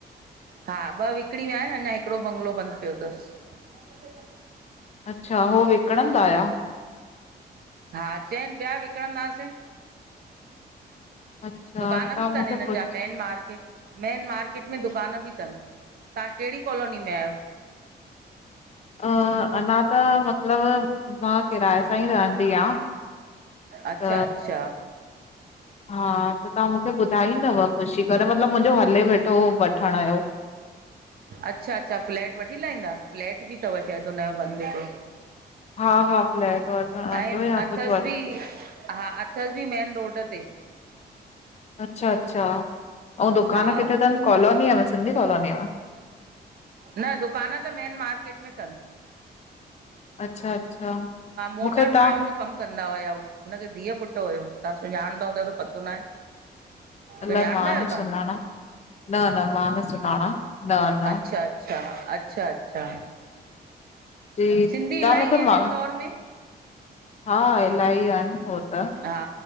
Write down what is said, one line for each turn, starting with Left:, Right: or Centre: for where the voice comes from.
Right: हा ॿ विकिणी वया आहिनि अञा हिकिड़ो बंगलो बंद पियो तसि। <inaudible>
Left: अच्छा हो विकणंदा या।
Right: हा चइनि पया विकणंदासें।
Left: अच्छा
Right: दुकान
Left: तव्हां
Right: बि तनि
Left: मूंखे
Right: हिननि
Left: पुछ
Right: जा मेन मार्केट में मेन मार्केट में दुकान बि तनि, तहां कहिड़ी कॉलोनी में आयो?
Left: अ अञा त मतिलब मां किराए सां ई रहंदी आ।
Right: अच्छा
Left: त
Right: अच्छा
Left: हा। त तहां मूंखे ॿुधाईंदव पुछी करे मतलब मुंहिंजो हले वेठो वठण जो।
Right: अच्छा अच्छा फ्लैट वठी लाहींदा फ्लैट बि तव शायदि हुनजो बंदि हिकिड़ो।
Left: हा हा फ्लेट वठण आंदो
Right: ऐं
Left: या
Right: अथसि
Left: कुछु वठ
Right: बि हा अथसि बि मेन रोड ते।
Left: अच्छा अच्छा, अऊं दुकान
Right: हा
Left: किथे तनि कॉलोनीअ में सिंधी कॉलोनीअ में?
Right: न, दुकान त मेन मार्केट में तनि।
Left: अच्छा अच्छा
Right: मोटर
Left: मूंखे तव्हां
Right: बार जो कम कंदा हुया हुंनखे धीअ पुटु हुयो तहां सुञाणंदा हुदव त पतो न आहे।
Left: अलाए
Right: सुञाणंदा
Left: मां
Right: आहियो
Left: न
Right: तव्हां
Left: सुञाणा न न मां न सुञाणा। न न
Right: अच्छा अच्छा, अच्छा अच्छा।
Left: जी
Right: सिंधी इलाही
Left: तव्हां मूंखे
Right: आहिनि
Left: मा
Right: इंदौर में।
Left: हा इलाही आहिनि हो त,
Right: हा